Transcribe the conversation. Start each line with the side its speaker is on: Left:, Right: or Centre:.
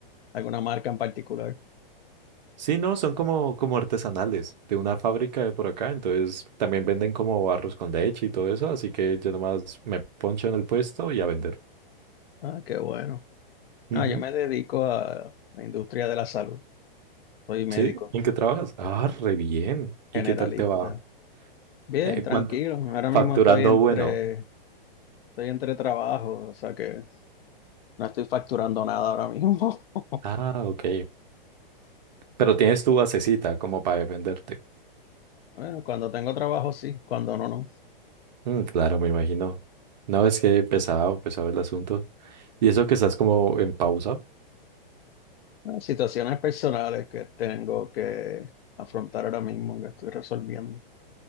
Left: alguna marca en particular?
Right: Sí, no, son como, como artesanales de una fábrica de por acá, entonces también venden como arroz con leche y todo eso, así que yo nomás me poncho en el puesto y a vender.
Left: Ah, qué bueno.
Right: Ujú.
Left: No, yo me dedico a la industria de la salud. Soy médico
Right: ¿Sí? ¿En qué trabajas? Ah, re bien. ¿Y
Left: generalista.
Right: qué tal te va?
Left: Bien,
Right: Eh,
Left: tranquilo.
Right: ¿cuánto?
Left: Ahora
Right: Facturando
Left: mismo estoy entre,
Right: bueno.
Left: estoy entre trabajos, o sea que no estoy facturando nada ahora mismo. <laughs>
Right: Ah, ok. Pero tienes tu basecita como para defenderte.
Left: Bueno, cuando tengo trabajo sí, cuando no, no.
Right: Mm, claro, me imagino. No, es que pesado, pesado el asunto. ¿Y eso que estás como en pausa?
Left: Eh, Situaciones personales que tengo que afrontar ahora mismo, que estoy resolviendo.